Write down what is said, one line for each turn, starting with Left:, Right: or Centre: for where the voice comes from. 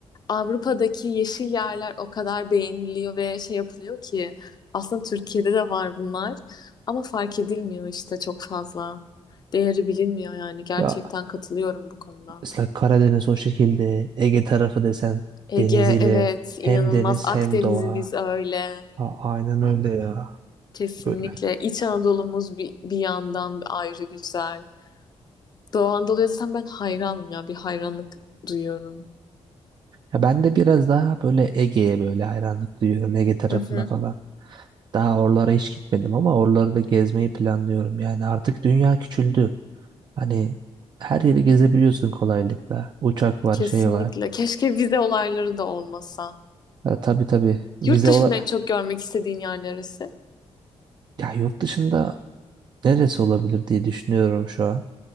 Left: Avrupa'daki yeşil yerler o kadar beğeniliyor ve şey yapılıyor ki aslında Türkiye'de de var bunlar ama fark edilmiyor işte çok fazla. Değeri bilinmiyor yani gerçekten
Right: Ya
Left: katılıyorum bu konuda.
Right: mesela Karadeniz o şekilde Ege tarafı desen
Left: Ege
Right: deniziyle
Left: evet inanılmaz
Right: hem deniz
Left: Akdeniz'imiz
Right: hem doğa.
Left: öyle
Right: Ha, aynen öyle ya.
Left: kesinlikle
Right: Böyle.
Left: İç Anadolu'muz bir, bir yandan ayrı güzel. Doğu Anadolu'ya zaten ben hayranım ya bir hayranlık duyuyorum.
Right: Ya ben de biraz daha böyle Ege'ye böyle hayranlık duyuyorum Ege tarafına
Left: Hı hı,
Right: falan. Daha oralara hiç gitmedim ama oraları da gezmeyi planlıyorum. Yani artık dünya küçüldü. Hani her yeri gezebiliyorsun kolaylıkla. Uçak var,
Left: kesinlikle.
Right: şey var.
Left: Keşke vize olayları da olmasa.
Right: Ha, tabii tabii vize
Left: Yurt dışında
Right: ola
Left: en çok görmek istediğin yer neresi?
Right: ya yurt dışında neresi olabilir diye düşünüyorum şu an.